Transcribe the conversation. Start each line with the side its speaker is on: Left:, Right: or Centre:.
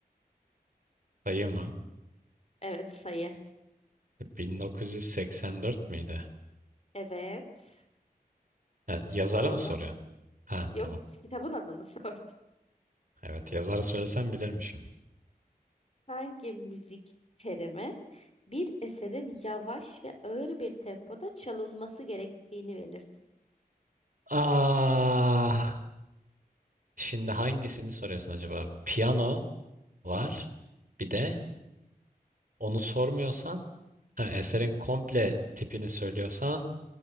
Right: Sayı mı?
Left: Evet sayı.
Right: 1984 miydi?
Left: Evet
Right: Ha, yazarı
Left: doğru.
Right: mı soruyorsun? Ha
Left: Yok
Right: tamam.
Left: kitabın adını <laughs> sordum.
Right: Evet yazarı söylesem bilirmişim.
Left: Hangi müzik terimi bir eserin yavaş ve ağır bir tempoda çalınması gerektiğini belirtir?
Right: Ah, şimdi hangisini soruyorsun acaba? Piyano var. Bir de onu sormuyorsan, ha, eserin komple tipini söylüyorsan